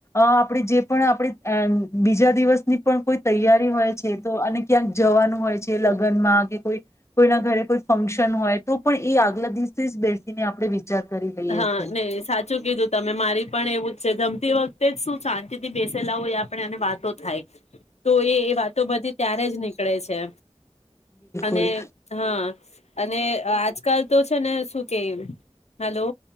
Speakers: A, on the left; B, on the left.
A: આપણે જે પણ આપણે બીજા દિવસની પણ કોઈ તૈયારી હોય છે તો અને ક્યાંક, જવાનું હોય છે લગમાં કે કોઈ કોઈના ઘરે કોઈ ફંક્શન હોય તો પણ એ આગલા દિવસ બેસીને આપણે વિચાર કરી લઈએ
B: હા
A: છીએ
B: નઈ સાચું કીધું તમે મારી પણ એવું જ છે ગમતી વખતે જ શું શાંતિ થી બેસેલા હોય આપણે વાતો થાય તો એ એ વાતો બધી ત્યારે જ ની પકળે છે અને
A: બિલ
B: હા અને આજ, કાલ તો છે ને શું કે હલો